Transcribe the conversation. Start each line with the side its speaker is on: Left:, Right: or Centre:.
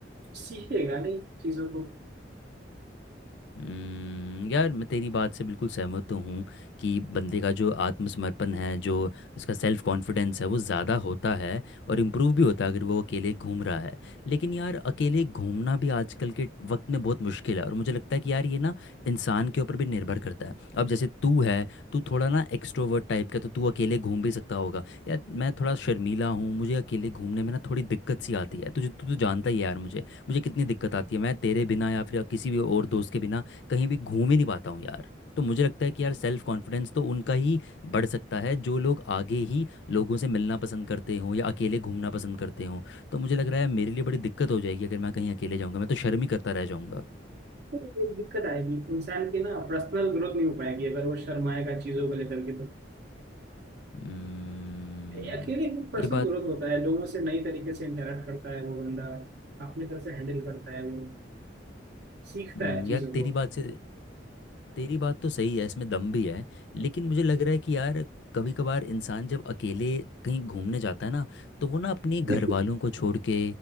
Right: सीखेगा नहीं चीज़ों को
Left: हम्म, यार मैं तेरी बात से बिल्कुल सहमत तो हूँ कि बंदे का जो आत्मसमर्पण है जो उसका सेल्फ कॉन्फिडेंस है वो ज़्यादा होता है और इम्प्रूव भी होता है अगर वो अकेले घूम रहा है लेकिन यार अकेले घूमना भी आजकल के वक्त में बहुत मुश्किल है और मुझे लगता है कि यार ये ना इंसान के ऊपर भी निर्भर करता है अब जैसे तू है तू थोड़ा ना एक्सट्रोवर्ट टाइप का तो तू अकेले घूम भी सकता होगा यार मैं थोड़ा शर्मीला हूँ मुझे अकेले घूमने में ना थोड़ी दिक्कत सी आती है तुझे तू तो जानता ही है यार मुझे मुझे कितनी दिक्कत आती है मैं तेरे बिना या फिर किसी भी और दोस्त के बिना कहीं भी घूम ही नहीं पाता हूँ यार तो मुझे लगता है कि यार सेल्फ कॉन्फिडेंस तो उनका ही बढ़ सकता है जो लोग आगे ही लोगों से मिलना पसंद करते हों या अकेले घूमना पसंद करते हों तो मुझे लग रहा है मेरे लिए बड़ी दिक्कत हो जाएगी अगर मैं कहीं अकेले जाऊँगा मैं तो शर्म ही करता रह जाऊँगा
Right: तो एक दिक्कत आएगी इंसान की ना पर्सनल ग्रोथ नहीं हो पाएगी अगर वो शर्माएगा चीज़ों को लेकर के तो
Left: हम्म,
Right: ये अकेले में पर्सनल
Left: ये बात
Right: ग्रोथ होता है लोगों से नई तरीके से इंटरेक्ट करता है वो बंदा अपने तरह से हैंडल करता है वो सीखता
Left: हम्म,
Right: है चीजों
Left: यार
Right: को
Left: तेरी बात से तेरी बात तो सही है इसमें दम भी है लेकिन मुझे लग रहा है कि यार कभी कभार इंसान जब अकेले कहीं घूमने जाता है ना तो वो ना अपने घर
Right: <laughs>
Left: वालों को छोड़ के